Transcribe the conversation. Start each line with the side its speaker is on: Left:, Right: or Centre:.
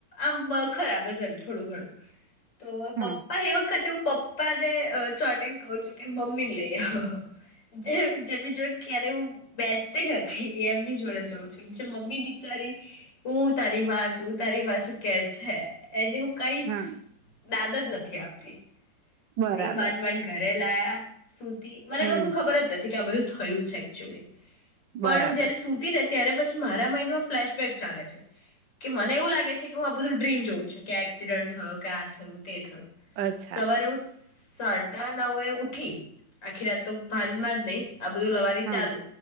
Left: આમ ખરાબ છે એમ થોડું ઘણું તો
Right: હા
Left: પપ્પા એ વખતે પપ્પા ને ચોંટી ને કહુ છું કે મમી ને લઈ આવો જે જેમી જો ક્યારે હું બેસતી નથી એ એમની જોડે જઉં છું મમ્મી બિચારી હું તારી માં છું તારી માં છું કે છે એને હું કંઈ
Right: હા
Left: જ ડાદત નથી આપતી
Right: બરાબર
Left: ભઈ માન માન ઘરે પ્લાયા શું તી મને
Right: હમ
Left: કશું ખબર જ નથી કે આ બધું થયું છે એકક્ચુઅલી. પણ
Right: બરાબર
Left: જયારે સુતી ને ત્યારે પછ મારા માઈન્ડમાં ફ્લેશબેક ચાલે છે કે મને એવું લાગે છે કે હું આ બધું ડ્રીમ જોઉં છું કે એક્સિડન્ટ થયો કે આ થયું તે થયું
Right: અચ્છા
Left: સવારે ઉસ સ-સાડા નવે ઉઠી આખી રાત તો ભાનમાં જ નહી આ બધું લવારી
Right: હા
Left: ચાલુ.